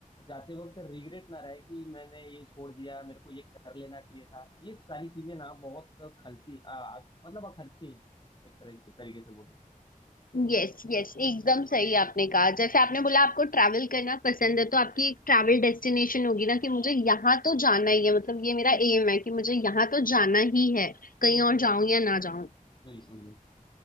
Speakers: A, on the left (about 35°); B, on the left (about 75°).
A: जाते वक्त रिग्रेट ना रहे कि मैंने ये छोड़ दिया मेरे को ये कर लेना चाहिए था ये सारी चीजें ना बहुत खलती अ, मतलब अखरती हैं एक तरह तरीके से बोलूँ
B: यस यस एकदम सही आपने कहा जैसे आपने बोला आपको ट्रैवल करना पसंद है तो आपकी एक ट्रैवल डेस्टिनेशन होगी ना कि मुझे यहाँ तो जाना ही है मतलब ये मेरा एम है कि मुझे यहाँ तो जाना ही है कहीं और जाऊं या ना जाऊं
A: बिल्कुल